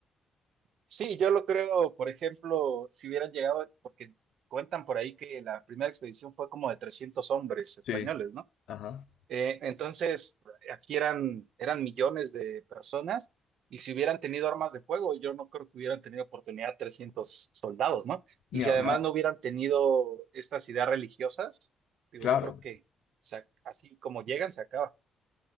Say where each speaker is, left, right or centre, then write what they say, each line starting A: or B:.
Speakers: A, on the right; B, on the left.
A: Sí, yo lo creo, por ejemplo, si hubieran llegado, porque cuentan por ahí que la primera expedición fue como de 300 hombres españoles,
B: Sí.
A: ¿no?
B: Ajá.
A: Eh, entonces, aquí eran, eran millones de personas y si hubieran tenido armas de fuego, yo no creo que hubieran tenido oportunidad 300 soldados, ¿no? Y
B: Ni
A: si
B: hablar.
A: además no hubieran tenido estas ideas religiosas, digo,
B: Claro.
A: yo creo que se ac- así como llegan, se acaba.